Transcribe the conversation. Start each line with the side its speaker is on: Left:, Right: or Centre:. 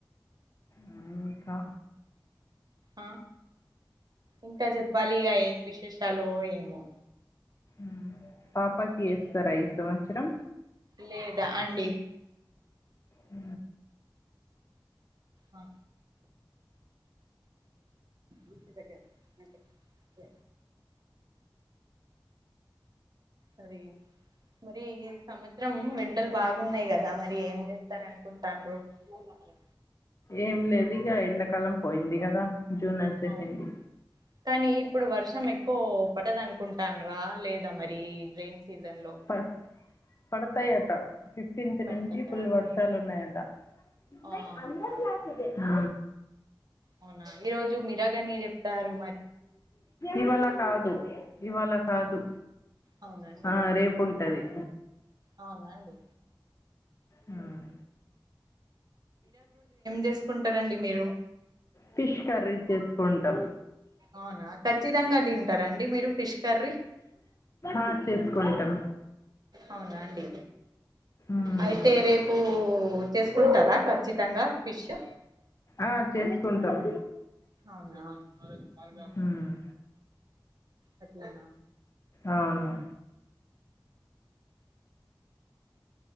Left: ఆ ఇంకా
Right: ఆ ఇంకా చెప్పాలి ఇక ఏం విశేషాలు ఏమో
Left: ఊ పాపాకి యేస్తార
Right: ఇం
Left: ఈ సంవత్సరం
Right: లేదా అండి
Left: ఊ
Right: అ ఊడ్చిన్ దగ్గ అంతే చె అది మరి ఈ సంవత్సరం ఎండలు బాగున్నాయి కదా మరి ఏం చేస్తారనుకుంటాన్రు ఏమో హలో
Left: ఏం లేదు ఇగ ఎండాకాలం పోయింది కదా జూన్ వచ్చేసింది
Right: అవును కానీ ఇప్పుడు వర్షం ఎక్కువ పడదు అనుకుంటాండ్రా లేదా మరి రేన్ సీజన్ లో
Left: ప పడతాయట ఫిఫ్టీన్త్
Right: పడతాయా
Left: నుంచి ఫుల్ వర్షాలు ఉన్నాయట వున్నయ్
Right: ఆహా
Left: అందరి క్లాస్ ఇదేనా
Right: అవునా ఈ రోజు మీరగాని చెప్పారు
Left: ఇవాళ కాదు ఇవాళ కాదు
Right: అవునండి
Left: ఆ రేపు ఉంటది
Right: అవున అండి
Left: హ్మ్.
Right: చేసుకుంటారండి మీరు
Left: ఫిష్ కర్రీ చేసుకుంటాం
Right: అవునా ఖచ్చితంగా తింటారండి మీరు ఫిష్ కర్రీ
Left: ఆ చేస్కుం తం
Right: అవునా అండి
Left: మ్మ్.
Right: అయితే రేపు చేసుకుంటరా ఖచ్చితంగా ఫిషు
Left: ఆ చేసుకుంటాం
Right: అవునా ఉహు
Left: మ్మ్.
Right: అట్లన
Left: అవును